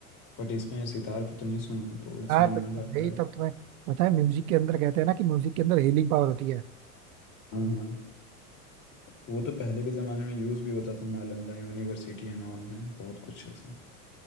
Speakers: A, on the left (about 45°); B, on the right (about 70°).
A: बट इसमें सितार पे तो नहीं सुना हूं, तो सुनूंगा
B: यार भाई
A: जाकर आज।
B: तब तुम्हें पता है म्यूजिक के अंदर कहते हैं ना कि म्यूजिक के अंदर हीलिंग पावर होती है
A: हाँ हाँ वो तो पहले के ज़माने में यूज़ भी होता था नालंदा यूनिवर्सिटी एंड ऑल में बहुत कुछ ऐसा